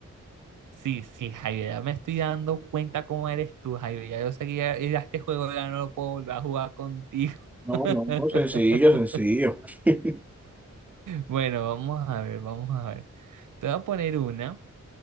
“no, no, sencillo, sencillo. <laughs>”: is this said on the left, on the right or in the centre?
Centre